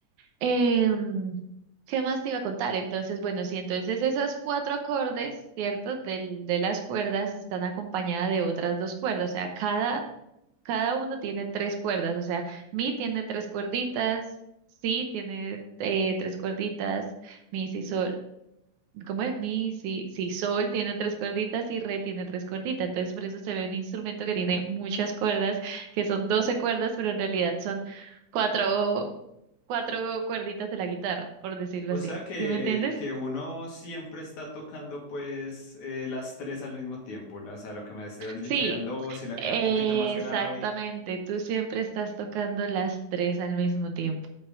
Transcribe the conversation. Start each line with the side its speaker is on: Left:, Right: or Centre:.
Right: em, ¿qué más te iba a contar? Entonces, bueno, sí, entonces esos cuatro acordes, ¿cierto? Del, de las cuerdas están acompañadas de otras dos cuerdas, o sea, cada cada uno tiene tres cuerdas, o sea, mi tiene tres cuerditas, si tiene eh, tres cuerditas, mi si sol, ¿cómo es? Mi si, si sol tiene tres cuerditas y re tiene tres cuerditas. Entonces por eso se ve un instrumento que tiene muchas cuerdas, que son 12 cuerdas, pero en realidad son cuatro, cuatro cuerditas de la guitarra, por decirlo
Left: O
Right: así.
Left: sea que,
Right: ¿Sí me entiendes?
Left: que uno siempre está tocando pues eh, las tres al mismo tiempo. la- O sea, lo que me decías dicho
Right: Sí,
Left: que habían dos y la que
Right: exactamente.
Left: era un poquito más grave.
Right: Tú siempre estás tocando las tres al mismo tiempo.